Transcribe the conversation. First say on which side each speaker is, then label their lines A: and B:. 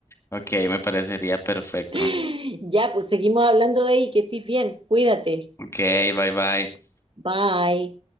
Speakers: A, on the left (about 20°); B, on the right (about 45°).
A: ok, me parecería perfecto.
B: <laughs> Ya, pues seguimos hablando de ahí, que estés bien, cuídate.
A: Ok, bye bye.
B: Bye.